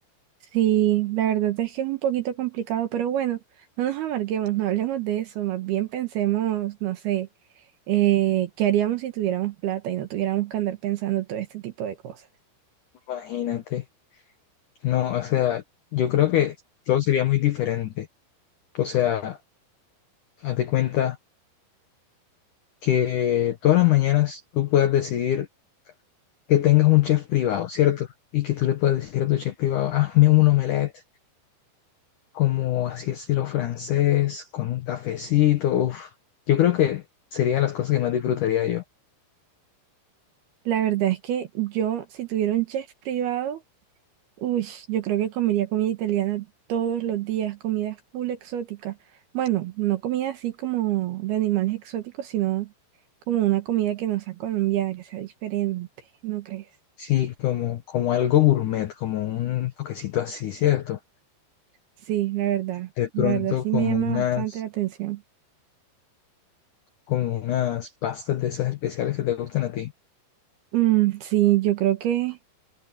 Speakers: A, on the right; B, on the left.
A: Sí, la verdad es que es un poquito complicado, pero bueno, no nos amarguemos, no hablemos de eso, más bien pensemos, no sé, eh, ¿qué haríamos si tuviéramos plata y no tuviéramos que andar pensando todo este tipo de cosas?
B: imagínate. No, o sea, yo creo que todo sería muy diferente. O sea, haz de cuenta que todas las mañanas tú puedas decidir que tengas un chef privado, ¿cierto? Y que tú le puedas decir a tu chef privado, hazme un omelette como así estilo francés, con un cafecito. Uf, yo creo que sería de las cosas que más disfrutaría yo.
A: La verdad es que yo, si tuviera un chef privado, Uy, yo creo que comería comida italiana todos los días, comidas full exóticas. Bueno, no comida así como de animales exóticos, sino como una comida que no sea colombiana, que sea diferente, ¿no crees?
B: Sí, como, como algo gourmet, como un toquecito así, ¿cierto?
A: Sí, la verdad,
B: De pronto
A: la verdad sí
B: como
A: me llama
B: unas,
A: bastante la atención.
B: como unas pastas de esas especiales que te gustan a ti.
A: Mm, sí, yo creo que,